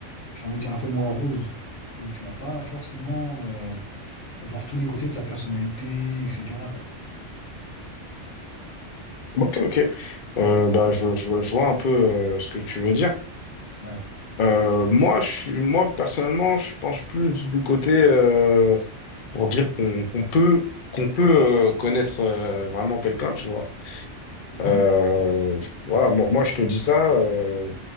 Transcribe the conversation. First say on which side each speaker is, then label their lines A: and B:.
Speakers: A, on the left; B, on the left.
A: j'ai envie de dire un peu moins rose. Donc, tu vas pas forcément. euh, voir tous les côtés de sa personnalité, etc., quoi.
B: ok, ok. Euh, bah, je, je, je vois un peu euh, ce que tu veux dire.
A: Ouais.
B: Euh, moi, je, suis- moi, personnellement, je penche plus du côté euh, pour dire qu'on qu'on peut, qu'on peut euh, connaître euh, vraiment quelqu'un, tu vois.
A: Hein?
B: Euh, voilà, moi, moi, je te dis ça, euh,